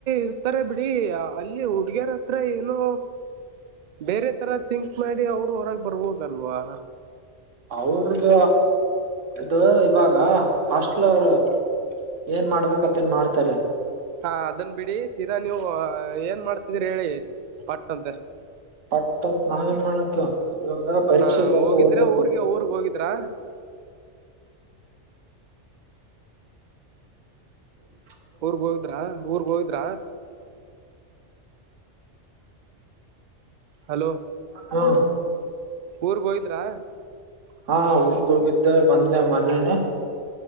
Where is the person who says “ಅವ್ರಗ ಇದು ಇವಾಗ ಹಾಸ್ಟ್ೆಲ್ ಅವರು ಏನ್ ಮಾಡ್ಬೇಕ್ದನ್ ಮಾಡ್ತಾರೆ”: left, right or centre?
Right